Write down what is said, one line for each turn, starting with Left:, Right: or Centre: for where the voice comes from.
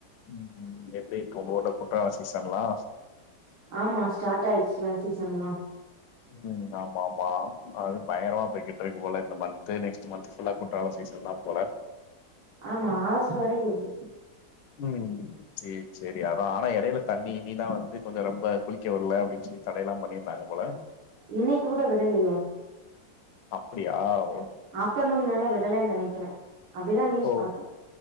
Left: ம் எப்டி இருக்கு உங்க ஊர்ல குற்றால சீசன்லா
Right: ஆமா ஸ்டார்ட் ஆயிடுச்சுல சீசனெல்லா
Left: ம் ஆமா ஆமா அது பயங்கரமா போய்கிட்டு இருக்கு போல இந்த மந்த்து நெக்ஸ்ட் மந்த்து ஃபுல்லா குற்றால சீசன் தா போல
Right: ஆமா ஆகஸ்ட் வரைக்கு இருக்கு
Left: ம் சேரி சேரி அதா ஆனா இடையில தண்ணி இண்ணிலா வந்து கொஞ்ச ரொம்ப குளிக்க விடல அப்டின்னு சொல்லி தடையெல்லா பண்ணியிருந்தாங்க போல
Right: இன்னைக்கு கூட விடலையே
Left: அப்படியா ஒ
Right: ஆப்டர்நூன் மேல விடலேன்னு நெனைக்கிற அப்டிதா நியூஸ்
Left: ஓ
Right: பாத்த